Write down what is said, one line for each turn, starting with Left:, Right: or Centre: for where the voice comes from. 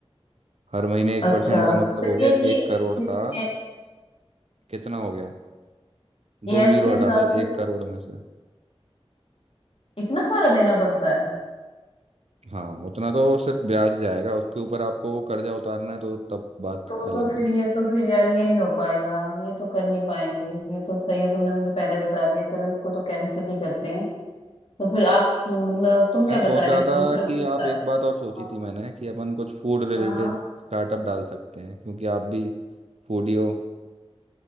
Right: हर महीने एक
Left: अच्छा
Right: परसेंट का मतलब
Left: तो
Right: हो
Left: ये
Right: गया
Left: ये
Right: एक करोड़
Left: फिर
Right: का
Left: ये
Right: कितना हो गया
Left: ईयर्स
Right: दो जीरो
Left: के
Right: हटा
Left: हिसाब
Right: दो
Left: से
Right: एक करोड़ में से
Left: इतना सारा देना पड़ता है
Right: हाँ उतना तो सिर्फ ब्याज जाएगा उसके ऊपर आपको वो कर्जा उतारना है तो तब बात
Left: तो
Right: अलग
Left: तो फिर
Right: है
Left: ये तो फिर यार ये नहीं हो पाएगा ये तो कर नहीं पाएंगे ये तो सही है तुमने मुझे पहले बता दिया चलो इसको तो कैंसिल ही करते हैं तो फिर आप मतलब तुम
Right: मैं
Left: क्या बता
Right: सोच
Left: रहे
Right: रहा
Left: थे
Right: था
Left: दूसरा कोई
Right: कि
Left: बता
Right: आप एक बात और सोची
Left: हाँ
Right: थी मैंने कि अपन कुछ फूड रिलेटेड
Left: हाँ
Right: स्टार्टअप डाल सकते हैं क्योंकि आप भी फूडी हो